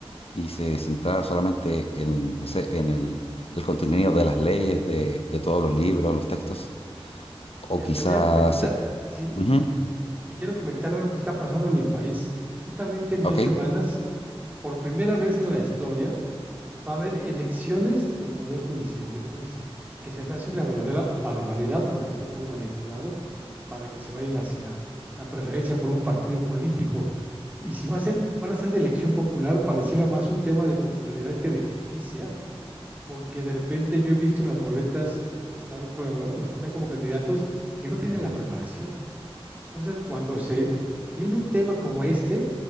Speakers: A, on the left (about 70°); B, on the right (about 15°).
A: y se centrara solamente en, no sé, en el, el contenido de las leyes, de, de todos los libros, los textos, o
B: Mira,
A: quizás...
B: te voy a comentar,
A: se-
B: sí,
A: Ujú,
B: te quiero comentar algo que está pasando en mi país. Justamente en
A: Ok.
B: dos semanas, por primera vez en la historia, va a haber elecciones del Poder Judicial de jueces, que se me hace una verdadera barbaridad porque está todo manipulado para que se vayan hacia la preferencia por un partido político. Y si va a ser, van a ser de elección popular, pareciera más un tema de popularidad que de justicia, porque de repente yo he visto en las boletas que están, bueno, lo- los que están como candidatos, que no tienen la preparación. Entonces, cuando se viene un tema como este,